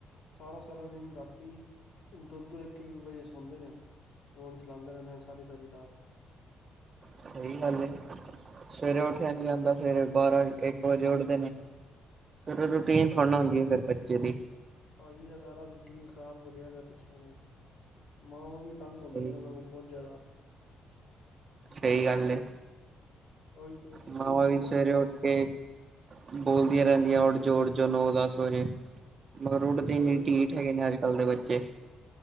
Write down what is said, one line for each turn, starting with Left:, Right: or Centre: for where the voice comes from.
Left: ਸਾਰਾ-ਸਾਰਾ ਦਿਨ, ਰਾਤੀ ਦੋ-ਦੋ, ਇੱਕ-ਇੱਕ ਵਜੇ ਸੌਂਦੇ ਨੇਂ ਫੋਨ ਚਲਾਂਦੇ ਰਹਿੰਦੇ ਨੇ ਸਾਰੀ-ਸਾਰੀ ਰਾਤ।
Right: ਸਹੀ ਗੱਲ ਏ, ਸਵੇਰੇ ਉੱਠਿਆ ਨੀਂ ਜਾਂਦਾ ਫੇਰ ਬਾਰਾਂ-ਇੱਕ ਵਜੇ ਉੱਠਦੇ ਨੇਂ। ਫੇਰ ਰੂਟੀਨ
Left: ਉਹੀ
Right: ਥੋੜ੍ਹਾ ਨਾਂ ਹੁੰਦੀ ਐ ਫੇਰ ਬੱਚੇ ਦੀ।
Left: ਪਾਜੀ ਆ ਸਾਰਾ ਰੂਟੀਨ ਖ਼ਰਾਬ ਕਰਿਆ ਦਾ ਹੈ ਬੱਚਿਆਂ ਨੇ ਮਾਂਵਾ ਵੀ ਤੰਗ
Right: ਸਹੀ
Left: ਹੁੰਦੀਆ ਇਹਨਾ
Right: ਗੱਲ
Left: ਕੋਲੋ ਬਹੁਤ ਜ਼ਿਆਦਾ।
Right: ਸਹੀ ਗੱਲ ਏ
Left: ਉਹੀ ਤੇ ਪਤਾ
Right: ਮਾਵਾਂ
Left: ਨੀ ਕੀ
Right: ਵੀ
Left: ਕਰਨਗੇ
Right: ਸਵੇਰੇ
Left: ਇਹ।
Right: ਉੱਠ ਕੇ ਬੋਲਦੀਆਂ ਰਹਿੰਦੀਆਂ ਉਠ ਜੋੋ ਉਠ ਜੋ ਨੌ-ਦਸ ਵਜੇ। ਮਗਰ ਓਠਦੇ ਹੀ ਨੀ
Left: ਉਹੀ
Right: ਢੀਠ
Left: ਤੇ
Right: ਹੈਗੇ ਨੇ ਅੱਜ-ਕੱਲ
Left: ਹੁਣ
Right: ਦੇ ਬੱਚੇ।